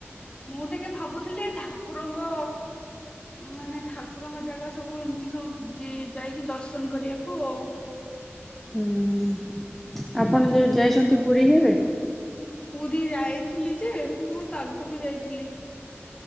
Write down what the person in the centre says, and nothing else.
ହୁଁ ଆପଣ ଯେ ଯାଇଛନ୍ତି ପୁରୀ କେବେ?